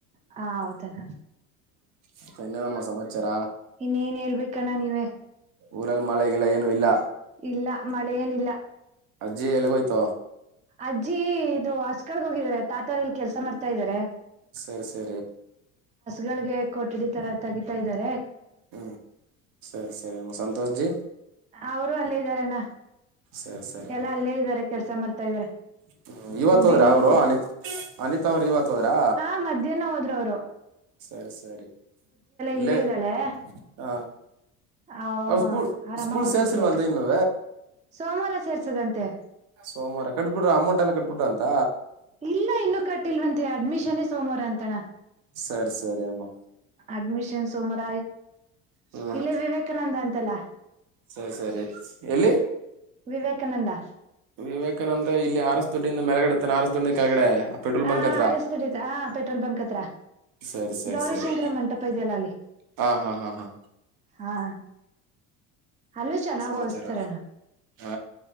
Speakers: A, on the right; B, on the right.
A: ಹ ಹೌದಣ
B: ಮತ್ತೆ ಇನ್ನೇನಮ್ಮ ಸಮಾಚಾರ
A: ಇನ್ನೇನ್ ಹೇಳ್ಬೇಕಣ್ಣ ನೀವೇ
B: ಊರಲ್ಲಿ ಮಳೆಗಿಲ್ಲ ಏನು ಇಲ್ಲ
A: ಇಲ್ಲ ಮಳೆ ಏನಿಲ್ಲ
B: ಜಿ ಎಲ್ಲಗಯತ
A: ಅಜ್ಜಿ ಇದು ಹಸ್ ಕರ್ಗ್ ಹೋಗಿದಿದ್ದಾರೆ ತಾತಾರ ಇಲ್ಲಿ ಕೆಲ್ಸ ಮಾಡ್ತಾ ಇದಾರೆ
B: ಸರಿ ಸರಿ
A: ಗಳ ಕೊಠಡಿ ತರ ತಗಿತಾ ಇದಾರೆ
B: ಹ್ಮ್ ಸರಿ ಸರಿಮ್ಮ ಸಂತೋಷ್ ಜಿ
A: ಅವರು ಅಲ್ಲೇ ಇದ್ದಾರೆನ
B: ಸರಿ ಸರಿ
A: ಎಲ್ಲ
B: ಅಮ್ಮ
A: ಅಲ್ಲೇ ಇದ್ದಾರೆ ಕೆಲ್ಸ ಮಾಡ್ತಾ ಇದಾರೆ
B: ಹ್ಮ್ ಇವತ್
A: ಇನ್
B: ಹೋದ್ರ
A: ಬೆಂಗ್ಳೂರ್ಗ್
B: ಅವರು
A: ಹೋಗ
B: ಅನಿತ್ ಅನಿತ್ ಅವ್ರು ಇವತ್ ಹೋದ್ರಾ
A: ಹಾ ಮಧ್ಯಾಹ್ನ ಹೋದ ರ
B: ಸರಿ ಸರಿ ಇಲ್ಲಿ
A: ಇಲ್ಲೇ ಇದ್ದಾಳೆ
B: ಹಾ
A: ಅವ್ರ
B: ಅವ ಸ್ಕೂಲ್ ಸ್ಕೂಲ್
A: ಅಮ್ಮ ಮಗ
B: ಸೇರ್ಸಿಲ್ವಂತ
A: ಇಬ್ರು ಹೋದ್ರು
B: ಇನ್ನು
A: ಸೋಮವಾರ ಸೇರ್ಸದಂತೆ
B: ಸೋಮವಾರ ಕಟ್ಬಿಡ್ರ ಅಮೌಂಟ್ ಎಲ್ಲ ಕಟ್ಬಿಡ್ರ ಅಂತ
A: ಇಲ್ಲ ಇನ್ನುೂ ಕಟ್ಟಿಲ್ವಂತೆ ಅಡ್ಮಿಷನ್ೇ ಸೋಮವಾರ ಅಂತಣ
B: ಸರಿ ಸರಿ ಅಮ್ಮ
A: ಅಡ್ಮಿಷನ್ ಸುಮಾರ
B: ಹ್ಮ್
A: ಇಲ್ಲ ವಿವೇಕಾನಂದ ಅಂತಲ್ಲಾ
B: ಸರಿ ಸರಿ ಎಲ್ಲಿ
A: ವಿವೇಕಾನಂದ
B: ವಿವೇಕಾನಂದ್ರ ಇಲ್ಲಿ ಆರಸ್ ದಡ್ಡಿಂದ ಮೆಳಗಡೆ ತಾನೆ ಆರಸ್ ದಡ್ಡಿಂದ ಕೆಳಗಡೆ ಪೆಟ್ರೋಲ್
A: ಹ
B: ಬಂಕ್ ಹತ್ರ
A: ಅರೆಸ್ ಡಿತ ಹ ಪೆಟ್ರೋಲ್ ಬಂಕ್ ಹತ್ರ
B: ಸರಿ ಸರಿ
A: ಗೌರಿಶಂಕರ
B: ಸರಿ
A: ಮಂಟಪ ಇದೆಯಲ್ಲ ಅಲ್ಲಿ
B: ಹಾ ಹಾ ಹಾ ಹಾ
A: ಹಾ ಅಲ್ಲೂ ಚೆನ್ನಾಗಿ
B: ಸಮಾಚಾರ
A: ಓದಸ್ತರೋಣ
B: ಹ